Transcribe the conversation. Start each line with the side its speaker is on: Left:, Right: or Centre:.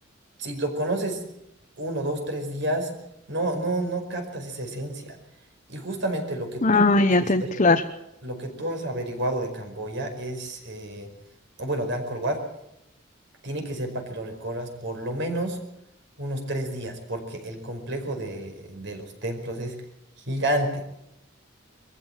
Right: si lo conoces uno, dos, tres días, no, no, no captas esa esencia. Y justamente lo que tú
Left: Ah,
Right: quieres
Left: ya,
Right: hacer,
Left: te, claro.
Right: lo que tú has averiguado de Camboya es, eh, o bueno, de Angkor Wat, tiene que ser para que lo recorras por lo menos unos tres días, porque el complejo de, de los templos es gigante,